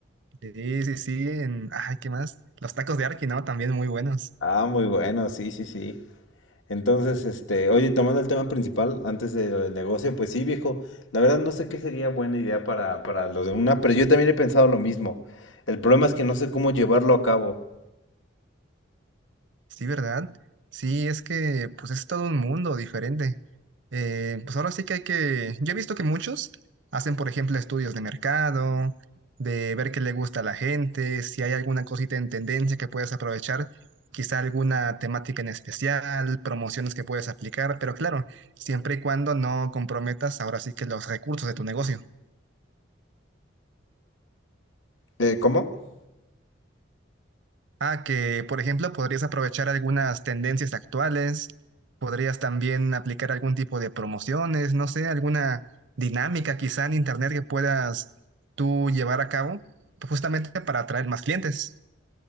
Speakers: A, on the right; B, on the left.
A: Sí, sí, sí, en... Ay, ¿qué más? Los tacos de Arki, ¿no? También muy buenos.
B: Ah, muy bueno, sí, sí, sí. Entonces, este, oye, tomando el tema principal, antes de lo del negocio, pues sí, viejo, la verdad no sé qué sería buena idea para, para lo de una, pero yo también he pensado lo mismo. El problema es que no sé cómo llevarlo a cabo.
A: Sí, ¿verdad? Sí, es que, pues es todo un mundo diferente. Eh, pues ahora sí que hay que, yo he visto que muchos hacen, por ejemplo, estudios de mercado, de ver qué le gusta a la gente, si hay alguna cosita en tendencia que puedes aprovechar, quizá alguna temática en especial, promociones que puedes aplicar, pero claro, siempre y cuando no comprometas ahora sí que los recursos de tu negocio.
B: Eh, ¿cómo?
A: Ah, que por ejemplo podrías aprovechar algunas tendencias actuales, podrías también aplicar algún tipo de promociones, no sé, alguna dinámica quizá en internet que puedas tú llevar a cabo justamente para atraer más clientes.